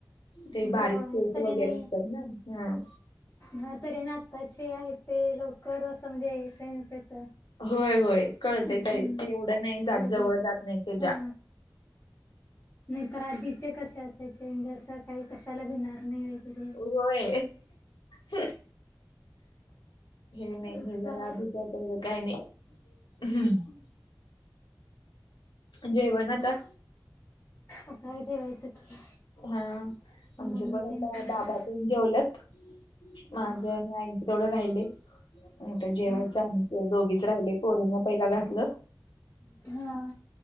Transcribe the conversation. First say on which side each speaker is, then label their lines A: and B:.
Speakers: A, on the left; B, on the left.
A: ते
B: होय
A: बारीक तुळस
B: तऱ्हेने
A: वैगेर आसतात ना हम्म.
B: हा तरी आणि आताचे आहे ते लवकर असं म्हणजे सन्स येत.
A: होय होय कळतय
B: हम्म
A: तरी ते एवढं नाही जात
B: लगेच
A: जवळ जात नाही त्याच्या.
B: हा नाही तर आधीचे कसे असायचे म्हणजे जसं काही कशाला भिणार नाही वगैरे
A: होय, हे नाही
B: असं
A: हे जरा आधिकच एवढ काय नाही, हम्म जेवान आता
B: आता हे जेवायचं की.
A: हा आमचे
B: मम्मी
A: पण
B: तेन
A: आता
B: जेवले
A: बाबात जेवलात, माझ
B: हा
A: आणि आईचे तेवढं राहिलय. आता जेवायचं
B: हा
A: आम्ही दोघीच राहिलोये पोरीना पहिला घातलं.
B: हा